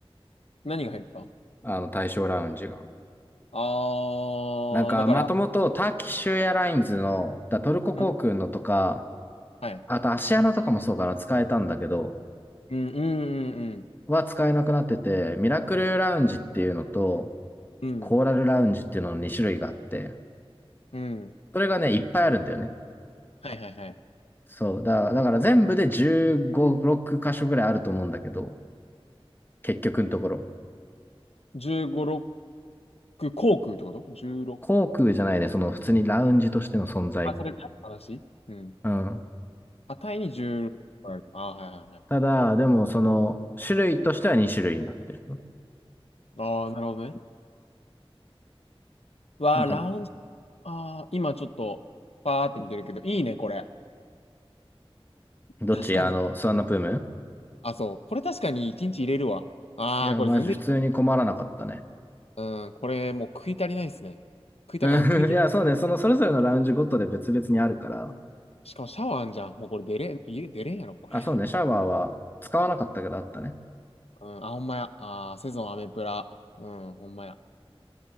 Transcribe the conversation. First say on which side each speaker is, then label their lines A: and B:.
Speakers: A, on the left; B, on the left.
A: 何が入った
B: あの対象ラウンジが。
A: あ
B: なんか、
A: ー、だから、
B: まともとターキッシュエアラインズの、だトルコ航空のとか、
A: うん、はい。
B: あとアシアナとかもそうかな、使えたんだけど、
A: うん、うん、うん、
B: は使えなくなってて、ミラクルラウンジっていうのと、
A: うん。
B: コーラルラウンジっていうのの2種類があって、
A: うん、うん。
B: それがね、いっぱいあるんだよね。
A: はいはいはい。
B: そう。だ、だから全部で15、6箇所ぐらいあると思うんだけど、結局のところ。
A: 15、6、航空ってこと ?16。
B: 航空じゃないね、その普通にラウンジとしての存在。
A: あ、それ何の話うん。
B: うん。
A: あ、タイに16ある。あー、はいはいはい。
B: ただ、でもその種類としては2種類になってる。
A: ああ、なるほどね。わあ、
B: なんか、
A: ラウンジ。ああ、今ちょっと、パーって見てるけど、いいね、これ。
B: どっちあの、
A: 確かに。
B: スワンナプーム
A: あ、そう。これ確かに1日入れるわ。ああ、
B: いや、
A: これ全然いい。
B: マジ普通に困らなかったね。
A: うん、これもう食い足りないですね。食いたい、
B: うん
A: あ、食いき、
B: <laughs> いや、そうね、そのそれぞれのラウンジごとで別々にあるから、
A: しかもシャワーあんじゃん。もうこれ出れん、家出れんやろ、これ。
B: あ、そうね、シャワーは使わなかったけどあったね。
A: うん、あ、ほんまや。あーセゾンアメプラ。うん、ほんまや。